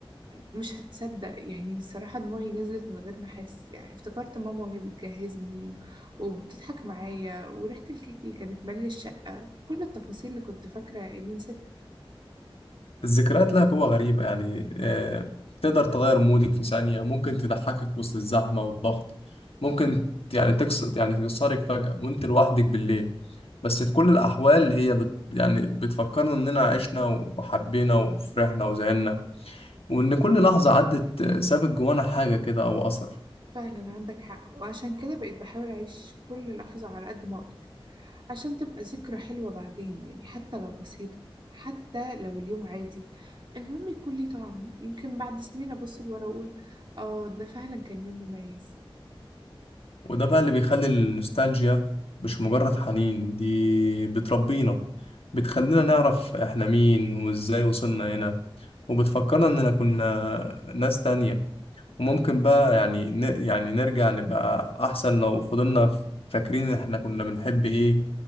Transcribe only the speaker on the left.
الذكريات لها قوة غريبة يعني آه، تقدر تغير مودك في ثانية ممكن تضحكك وسط الزحمة والضغط ممكن يعني تكسر يعني تكسرك فجأة وانت لوحدك بالليل بس في كل الأحوال هي بت يعني بتفكرنا إننا عشنا وحبينا وفرحنا وزعلنا وإن كل لحظة عدت آه، سابت جوانا حاجة كده أو أثر
وده بقى اللي بيخلي النوستالجيا مش مجرد حنين دي بتربينا بتخلينا نعرف احنا مين وازاي وصلنا هنا وبتفكرنا اننا كنا ناس تانية وممكن بقى يعني ن... يعني نرجع نبقى احسن لو فضلنا ف- فاكرين احنا كنا بنحب ايه